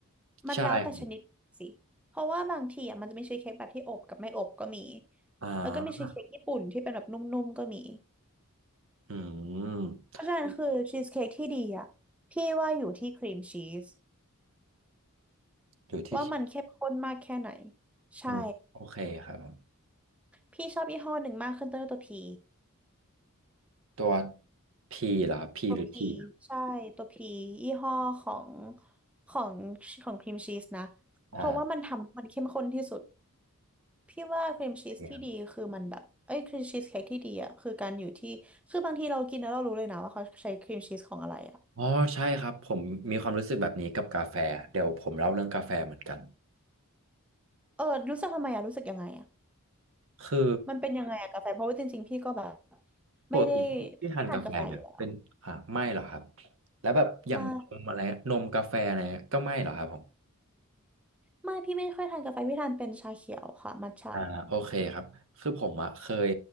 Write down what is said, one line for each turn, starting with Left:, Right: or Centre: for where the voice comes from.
Centre: มันแล้วแต่ชนิดสิเพราะว่าบางทีอ่ะมันจะมีชีสเค้กแบบที่อบกับไม่อบก็มี
Right: ใช่ครับอ่า
Centre: แล้วก็มีชีสเค้กญี่ปุ่นที่เป็นแบบนุ่มๆก็มี
Right: อืม
Centre: เพราะฉะนั้นคือชีสเค้กที่ดีอ่ะพี่ว่าอยู่ที่ครีมชีส
Right: อยู่ที่คิด
Centre: ว่ามันเข้มข้นมากแค่ไหนใช่
Right: อืมโอเคครับผม
Centre: พี่ชอบยี่ห้อหนึ่งมากขึ้นต้นด้วยตัวพี
Right: ตัวพีเหรอครับพีหรือทีอะ
Centre: ตัวพีใช่ตัวพียี่ห้อของของของครีมชีสนะ
Right: อ่า
Centre: เพราะว่ามันทำให้มันเข้มข้นที่สุด พี่ว่าครีมชีสที่ดีคือมันแบบเอ้ยครีมชีสเค้กที่ดีอ่ะคือการอยู่ที่คือบางทีเรากินแล้วเรารู้เลยนะว่าเขาใช้ครีมชีสของอะไรอ่ะ
Right: โอเคครับอ๋อใช่ครับผมมีความรู้สึกแบบนี้กับกาแฟเดี๋ยวผมเล่าเรื่องกาแฟเหมือนกัน
Centre: เออรู้สึกทำไมอ่ะรู้สึกยังไงอ่ะ
Right: คือ
Centre: มันเป็นยังไงอ่ะกาแฟเพราะว่าจริงๆพี่ก็แบบ
Right: ปกติที่ทานกาแฟไหมเป็นอ่าไม่เหรอครับ
Centre: ไม่ได้พี่ไม่ทานกาแฟอยู่แล้ว
Right: แล้วแบบอย่างนมอะไรนมกาแฟอะไรก็ไม่เหรอครับผม
Centre: ไม่ไม่พี่ไม่ค่อยทานกาแฟพี่ทานเป็นชาเขียวค่ะมัทฉะ
Right: อ่าโอเคครับคือผมอะเคย